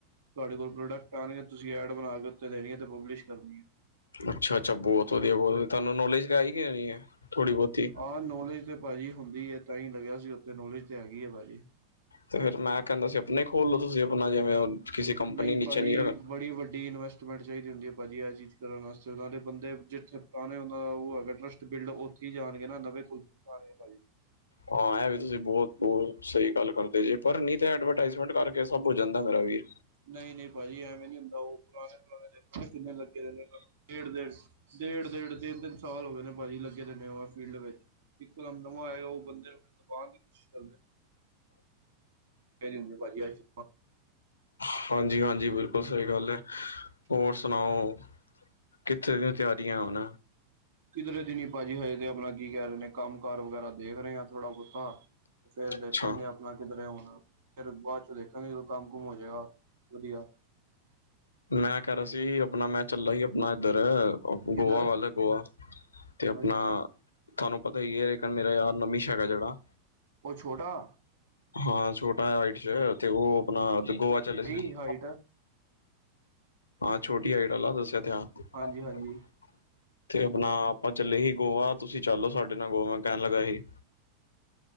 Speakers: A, on the right; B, on the left.
A: ਤੁਹਾਡੇ ਕੋਲ ਪ੍ਰੋਡਕਟ ਆਉਣੇ ਆ ਤੇ ਤੁਸੀਂ ਐਡ ਬਣਾ ਕੇ ਉਤੇ ਦੇਣੀ ਆ ਤੇ ਪਬਲਿਸ਼ ਕਰਨੀ ਹੈ।
B: ਅੱਛਾ, ਅੱਛਾ, ਬਹੁਤ ਵਧੀਆ ਬਹੁਤ ਵਧੀਆ ਤੁਹਾਨੂੰ ਨੋਲੇਜ ਹੈ ਕੇ ਲੈਣੀ ਹੈ? ਥੋੜ੍ਹੀ ਬਹੁਤੀ
A: ਆਹ ਨੌਲੇਜ ਤੇ ਭਾਜੀ ਹੁੰਦੀ ਏ ਤਾਂ ਹੀ ਲੱਗਿਆ ਸੀ ਉੱਥੇ ਨੌਲੇਜ ਚ ਹੈਗੀ ਹੈ ਭਾਜੀ।
B: ਤੇ ਫੇਰ ਮੈਂ ਕਹਿੰਦਾ ਸੀ ਅਪਣੀ ਖੋਲ ਲੋ ਤੁਸੀਂ ਆਪਣਾ ਜਿਵੇਂ। ਕਿਸੇ ਕੰਪਨੀ
A: ਨਹੀਂ
B: ਨੀਚੇ
A: ਭਾਜੀ ਇਹ
B: ਰ
A: ਬੜੀ ਵੱਡੀ ਇਨਵੈਸਟ। ਮੈਟ ਚਾਹੀਦੀ ਹੁੰਦੀ ਹੈ ਭਾਜੀ ਇਹ ਚੀਜ਼ ਕਰਨ ਵਾਸਤੇ ਉਹਨਾਂ ਦੇ ਬੰਦੇ ਜਿੱਥੇ ਪੁਰਾਣੇ। ਉਹ ਹੈਗਾ ਟਰੱਸਟ ਬਿਲਡ ਉੱਥੇ ਹੀ ਜਾਣਗੇ ਨਾ ਨਵੇਂ ਕੁਲ ਜਾਣਗੇ ਭਾਜੀ।
B: ਹਾਂ ਇਹ ਵੀ ਤੁਸੀਂ ਬਹੁਤ ਬਹੁਤ ਸਹੀ ਗੱਲ ਕਰਦੇ ਜੇ ਪਰ ਨਹੀਂ ਤਾਂ ਐਡਵਰਟਾਈਜ਼ਮੈਂਟ ਕਰਕੇ ਸਭ ਹੋ ਜਾਂਦਾ ਮੇਰਾ ਵੀਰ।
A: ਨਹੀਂ, ਨਹੀਂ ਭਾਜੀ ਐਵੇਂ ਨੀ ਹੁੰਦਾ ਉਹ ਪੁਰਾਣੇ ਪੁਰਾਣੇ ਦੇਖ਼ੇ ਕਿੰਨੇ ਲੱਗੇ ਦੇ ਨੇ ਕੰਮ ਡੇਢ ਸੌ। ਡੇਢ, ਡੇਢ ਤਿੰਨ, ਤਿੰਨ ਸਾਲ ਹੋ ਗਏ ਨੇ ਭਾਜੀ ਲੱਗੇ ਦੇ ਨੇ ਉਹ ਫੀਲਡ ਵਿੱਚ। ਇੱਕ ਦਮ ਨਵਾਂ ਆਏ ਉਹ ਬੰਦੇ ਨੂੰ ਫਿਰ ਦਬਾਉਣ ਦੀ ਕੋਸ਼ਿਸ਼ ਕਰਦੇ। ਕਰਰੀਓ ਮੈਂ ਪਦ <inaudible>
B: ਹਾਂਜੀ, ਹਾਂਜੀ ਬਿਲਕੁਲ ਸਹੀ ਗੱਲ ਹੈ
A: ਚਲੋ
B: ਹੋਰ। ਸੁਣਾਓ ਕਿੱਥੇ ਦੀਆਂ ਤਿਆਰੀਆਂ ਹੁਣ?
A: ਕਿਧਰੇ ਦੀ ਨੀ ਭਾਜੀ ਹਜੇ ਤੇ ਆਪਣਾ ਕੀ ਕਹਿ ਰਹੇ ਨੇ ਕੰਮ ਕਾਰ ਵਗੈਰਾ ਦੇਖ ਰਹੇ ਹਾਂ ਥੋੜਾ ਬਹੁਤਾ। ਫੇਰ
B: ਅੱਛਾ
A: ਦੇਖਾਂਗੇ ਆਪਾਂ। ਨਾ ਕਿੱਧਰੇ ਹੋਣਾ ਫਿਰ ਬਾਅਦ ਚ ਦੇਖਾਂਗੇ ਜਦੋਂ ਕੰਮ ਕੁਮ ਹੋ ਜਾਏਗਾ ਵਧੀਆ।
B: ਮੈਂ ਕਹਿ ਰਿਹਾ ਸੀ ਆਪਣਾ ਮੈਂ ਚੱਲਾ ਸੀ ਆਪਣਾ ਇੱਧਰ।
A: ਕਿੱਧਰ
B: ਗੋਆ ਵੱਲ ਗੋਆ ਤੇ ਆਪਣਾ।
A: ਅੱਛਾ
B: ਤੁਹਾਨੂੰ ਪਤਾ ਹੀ ਇਕ ਮੇਰਾ ਯਾਰ ਨਮੀਸ਼ ਹੈ ਜਿਹੜਾ।
A: ਉਹ ਛੋਟਾ
B: ਹਾਂ ਛੋਟਾ ਹਾਈਟ ਚ ਤੇ ਉਹ ਆਪਣਾ ਗੋਆ ਚਲੇ ਸੀ।
A: ਜੀ ਹਾਈਟ
B: ਹਾਂ, ਛੋਟੀ ਹਾਈਟ ਆਲਾ ਦੱਸਿਆ ਤਾਂ ਅਪਕੋ।
A: ਹਾਂਜੀ ਹਾਂਜੀ
B: ਤੇ ਆਪਣਾ ਆਪਾਂ ਚੱਲੇ ਹੀ ਗੋਆ ਤੁਸੀਂ ਚੱਲੋ ਸਾਡੇ ਨਾਲ ਗੋਆ ਮੈਂ ਕਹਿਣ ਲੱਗਾ ਸੀ।